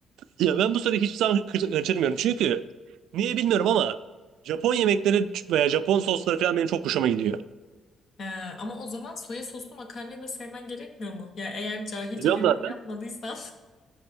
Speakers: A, on the right; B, on the left.
A: Ya ben bu soruyu hiçbir zaman kı- kaçırmıyorum. Çünkü niye bilmiyorum ama Japon yemekleri veya Japon sosları falan benim çok hoşuma gidiyor.
B: Ee, ama o zaman soya soslu makarnayı da sevmen gerekmiyor mu? Ya eğer cahilce
A: Biliyorum
B: bir
A: zaten.
B: yorum yapmadıysam.